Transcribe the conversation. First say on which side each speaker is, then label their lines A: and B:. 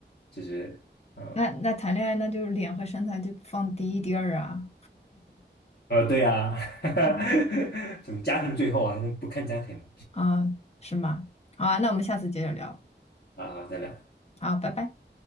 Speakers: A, on the left; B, on the left.
A: 就是嗯。呃
B: 那那谈恋爱那就是脸和身材就放第一第二啊，
A: 呃，对呀、啊，
B: 嗯
A: <laughs> 什么家庭最后啊，不看家庭嘛
B: 啊，是吗？好啊，那我们下次接着聊，
A: 啊，再聊。
B: 好，拜拜。